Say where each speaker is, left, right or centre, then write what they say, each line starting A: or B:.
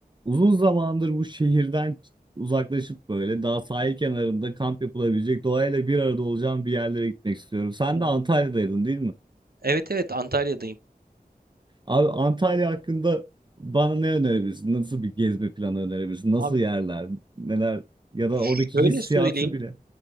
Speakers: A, on the right (about 30°); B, on the right (about 70°).
A: Uzun zamandır bu şehirden uzaklaşıp böyle daha sahil kenarında kamp yapılabilecek doğayla bir arada olacağım bir yerlere gitmek istiyorum. Sen
B: Hı hı.
A: de Antalya'daydın değil mi?
B: Evet evet Antalya'dayım.
A: Abi Antalya hakkında bana ne önerebilirsin? Nasıl bir gezme planı önerebilirsin? Nasıl
B: Abi
A: yerler? Neler? Ya da
B: şöyle
A: oradaki hissiyatı
B: söyleyeyim.
A: bile.